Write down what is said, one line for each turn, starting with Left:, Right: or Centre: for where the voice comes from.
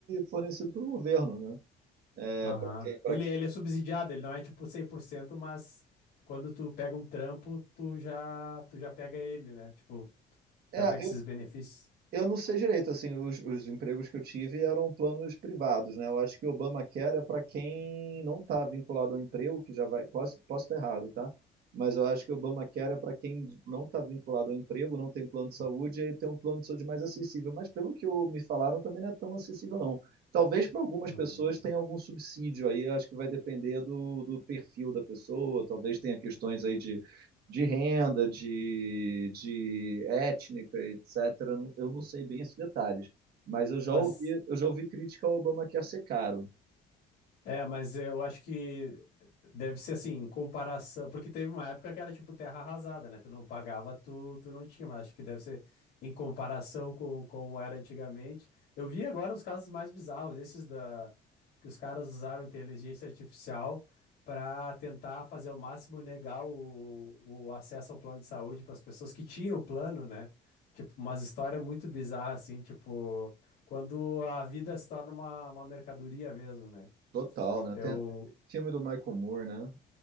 Right: fornecido pelo governo, né? É,
Left: Aham.
Right: para quem, para
Left: Ele,
Right: quem.
Left: ele é subsidiado, ele não é tipo 100% mas quando tu pega um trampo, tu já, tu já pega ele, né? Tipo,
Right: É,
Left: Já pega esses benefícios?
Right: Eu não sei direito, assim, os, os empregos que eu tive eram planos privados, né? Eu acho que o Obamacare é para quem não está vinculado ao emprego, que já vai, posso, posso estar errado, tá? Mas eu acho que o Obamacare é para quem não está vinculado ao emprego, não tem plano de saúde, e aí tem um plano de saúde mais acessível. Mas pelo que eu, me falaram, também não é tão acessível, não. Talvez para algumas
Left: Uhum.
Right: pessoas tenha algum subsídio aí, acho que vai depender do, do perfil da pessoa, talvez tenha questões aí de de renda, de, de étnica, etc. Eu não- sei bem esses detalhes, mas eu já
Left: Mas
Right: ouvi, eu já ouvi crítica ao Obamacare ser caro.
Left: É, mas eu acho que deve ser assim, em comparação. Porque teve uma época que era tipo terra arrasada, né? Tu não pagava, tu, tu não tinha, mas acho que deve ser em comparação com como era antigamente. Eu vi agora os casos mais bizarros, esses da que os caras usaram inteligência artificial para tentar fazer ao máximo negar o, o acesso ao plano de saúde para as pessoas que tinham o plano, né? Tipo, umas histórias muito bizarras, assim, tipo, quando a vida se torna uma, uma mercadoria mesmo, né?
Right: Total, né?
Left: Eu.
Right: Tem até aquele filme do Michael Moore, né?